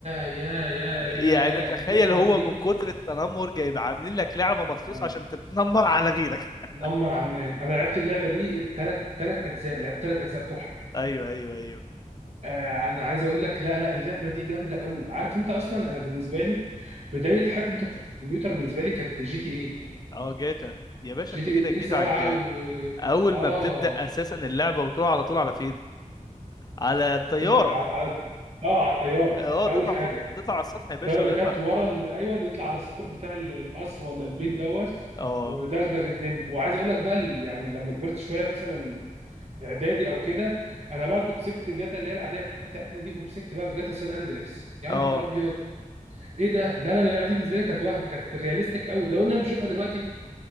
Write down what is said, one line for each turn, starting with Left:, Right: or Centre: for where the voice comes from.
Right: يا يا
Left: يعني
Right: يا يا
Left: تخيل
Right: اللعبه
Left: هو
Right: دي
Left: من كتر التنمر جايب عاملين لك لعبه مخصوص
Right: آه.
Left: عشان تتنمر على غيرك <laughs>
Right: نمر على الناس انا لعبت اللعبه دي الثلاث ثلاث اجزاء لعبت ثلاث اجزاء بتوعها
Left: ايوه ايوه ايوه
Right: آه انا عايز اقول لك لا لا اللعبه دي جامده قوي عارف انت اصلا انا بالنسبه لي بدايه حقبه الكمبيوتر بالنسبه لي كانت جي تي ايه
Left: اه جاتا يا باشا
Right: جي
Left: انت
Right: تي
Left: كده جيت
Right: ايه 7
Left: على الجا
Right: و
Left: اول
Right: اه
Left: ما بتبدا اساسا اللعبه وتروح على طول على فين على الطياره
Right: في- على على اه على الطياره
Left: اه
Right: ده
Left: تطلع
Right: اول حاجه
Left: فوق تطلع على السطح يا باشا
Right: الطياره
Left: ويلا
Right: اللي كانت ورا ال... ايوه نطلع على السطوح بتاع ال- القصر ولا البيت دوت
Left: اه
Right: ودغدغ الدنيا وعايز اقول لك بقى ال- يعني لما كبرت شويه مثلا اعدادي او كده انا بقى كنت سبت جاتا اللي هي العاديه بتاعتنا دي ومسكت بقى في جاتا سان اندريس يا
Left: اه
Right: نهار ابيض ايه ده لا لا لا اللعبه دي بالنسبه لي كانت وهم كانت رياليستيك قوي لو إن انا بشوفها دلوقتي